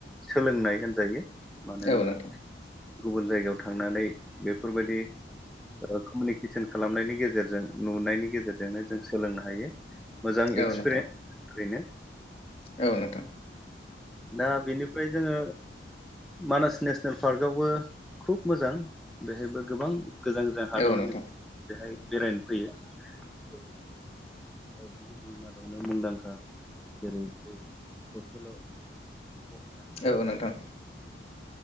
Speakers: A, in the centre; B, on the left (about 35°).
A: सोलोंनाय होनजायो। मानो होनबा
B: औ नोंथां
A: गुबुन जायगायाव थांनानै बेफोरबायदि कमिउनिकेसन खालामनायनि गेजेरजों नुनायनि गेजेरजोंनो जों सोलोंनो हायो। मोजां
B: औ
A: एक एक्सपिरियेन्स
B: नोंथां
A: ओरैनो।
B: औ नोंथां
A: दा बेनिफ्राय जोङो मानास नेसनेल पार्कआवबो खुब मोजां बेहायबो गोबां गोजान गोजान हादरनि
B: औ नोंथां
A: बेहाय बेरायनो फैयो। जेरै ओ बुहुमनि मादावनो मुंदांखा जेरै दै थसेल' गं गान्दा
B: औ नोंथां औ नोंथां